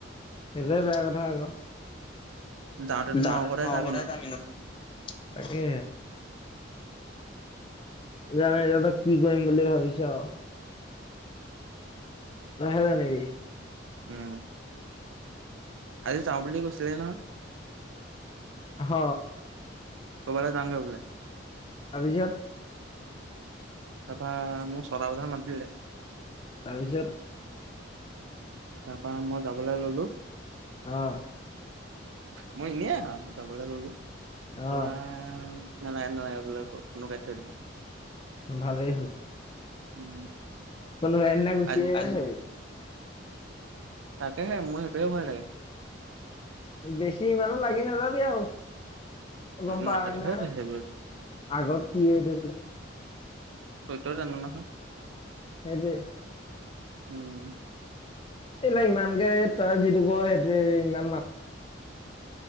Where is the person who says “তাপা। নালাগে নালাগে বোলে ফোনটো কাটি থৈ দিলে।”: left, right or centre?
Right